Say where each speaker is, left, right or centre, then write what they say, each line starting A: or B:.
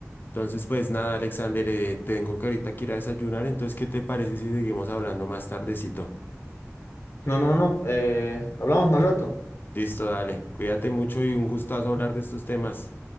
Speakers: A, on the left; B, on the left.
A: Entonces, pues nada, Alexander, eh, tengo que ahorita que ir a desayunar, entonces, ¿qué te parece si seguimos hablando más tardecito?
B: No, no, no. eh, hablamos más rato.
A: Listo, dale, cuídate mucho y un gustazo hablar de estos temas.